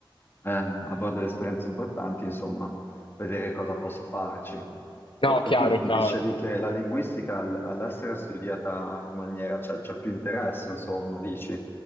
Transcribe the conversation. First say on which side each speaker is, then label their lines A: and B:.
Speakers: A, on the left; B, on the left.
A: eh, avrò delle esperienze importanti, insomma, vedere cosa posso farci. Comunque,
B: No, chiaro,
A: tu mi
B: chiaro.
A: dicevi che la linguistica all- all'estero è studiata in maniera, cioè c'è più interesse, insomma, dici.